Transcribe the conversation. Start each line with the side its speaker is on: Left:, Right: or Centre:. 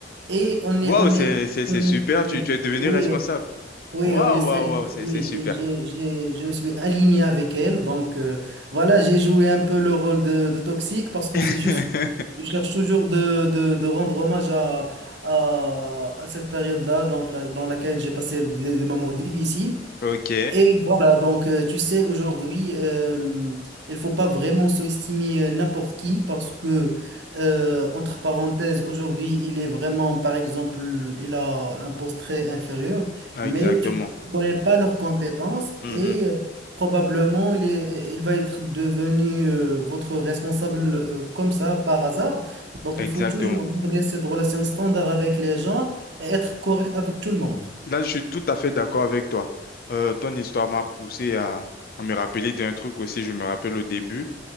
Right: Et on
Left: Waouh,
Right: est, on
Left: c'est,
Right: est,
Left: c'est, c'est
Right: on
Left: super,
Right: est- oui,
Left: tu, tu es devenu
Right: oui,
Left: responsable.
Right: oui,
Left: Waouh,
Right: on est, sali-
Left: waouh, waouh, c'est,
Right: oui,
Left: c'est super.
Right: j'ai, j'ai, j'ai- je me suis aligné avec elle. Donc, euh, voilà, j'ai joué un peu le rôle de, de toxique parce que
Left: <laughs>
Right: c'est juste, je cherche toujours de, de, de rendre hommage à, à, à cette période-là, donc, la- dans laquelle j'ai passé des, des moments difficiles.
Left: Ok,
Right: Et voilà, donc euh, tu sais, aujourd'hui, euh, il faut pas vraiment sous-estimer euh, n'importe qui parce que, euh, entre parenthèses, aujourd'hui, il est vraiment, par exemple, il a un poste très inférieur, mais
Left: exactement.
Right: tu ne connais pas leurs compétences
Left: Mhm.
Right: et euh, probablement il est, il va être devenu euh, votre responsable euh, comme ça par hasard. Donc,
Left: Exactement.
Right: il faut toujours garder cette relation standard avec les gens et être correct avec tout le monde.
Left: Là, je suis tout à fait d'accord avec toi. Euh, ton histoire m'a poussé à, à me rappeler d'un truc aussi. Je me rappelle au début,